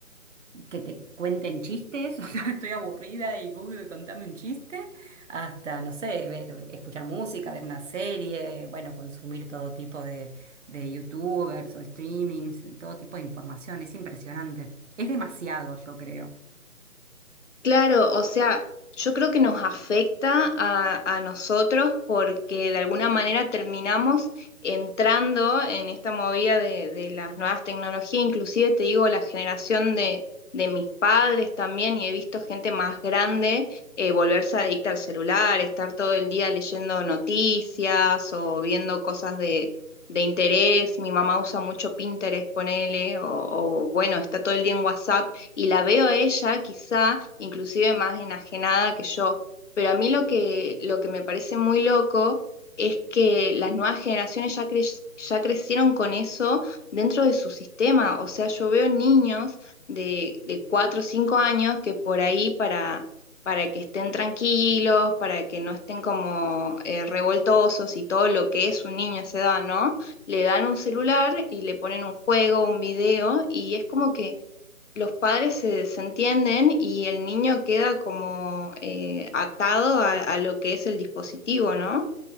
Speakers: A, on the right; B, on the left.
A: que te cuenten chistes, <laughs> o sea, estoy aburrida y Google, contame un chiste, hasta, no sé, ver, escuchar música, ver una serie, bueno, consumir todo tipo de, de YouTubers o streamings, todo tipo de información, es impresionante. Es demasiado, yo creo.
B: Claro, o sea, yo creo que nos afecta a, a nosotros porque de alguna manera terminamos entrando en esta movida de, de las nuevas tecnologías, inclusive te digo, la generación de, de mis padres también, y he visto gente más grande eh, volverse adicta al celular, estar todo el día leyendo noticias o viendo cosas de, de interés. Mi mamá usa mucho Pinterest, ponele, o, o bueno, está todo el día en WhatsApp y la veo a ella quizá inclusive más enajenada que yo. Pero a mí lo que, lo que me parece muy loco es que las nuevas generaciones ya, cre- ya crecieron con eso dentro de su sistema. O sea, yo veo niños de, de 4 o 5 años que por ahí para, para que estén tranquilos, para que no estén como eh, revoltosos y todo lo que es un niño a esa edad, ¿no? Le dan un celular y le ponen un juego, un video y es como que los padres se desentienden y el niño queda como eh, atado a, a, lo que es el dispositivo, ¿no?